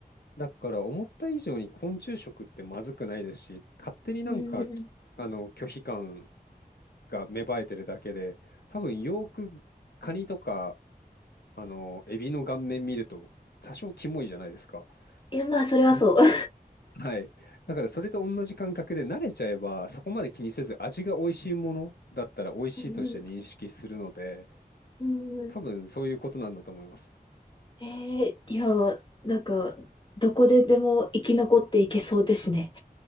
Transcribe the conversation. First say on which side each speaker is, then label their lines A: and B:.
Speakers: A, on the left; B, on the left.
A: だから思った以上に昆虫食ってまずくないですし、勝手になんかきあの拒否感
B: うんうん。
A: が芽生えてるだけで、多分よーくカニとかあのエビの顔面見ると多少キモいじゃないですか。
B: いや、まあ、それはそう。
A: なんか、
B: <laughs>
A: はい。だからそれと同じ感覚で慣れちゃえばそこまで気にせず味が美味しいものだったら美味しいとして認識するので、
B: うんうん、うんうん。
A: 多分そういうことなんだと思います。
B: えー、いや、なんか、どこででも生き残っていけそうですね。